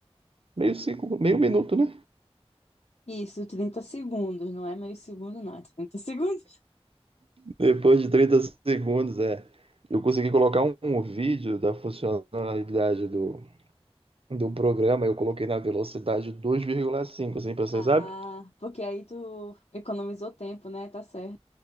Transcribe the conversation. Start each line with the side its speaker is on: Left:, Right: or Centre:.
Right: Meio, segundo, meio minuto, né?
Left: Isso, 30 segundos, não é meio segundo, não, é 30 segundos. <laughs>
Right: Depois de trinta segundos, é. Eu consegui colocar um, um vídeo da funcionalidade do, do programa, eu coloquei na velocidade dois vírgula cinco assim, pra você,
Left: Ah,
Right: sabe?
Left: porque aí tu economizou tempo, né? Tá certo.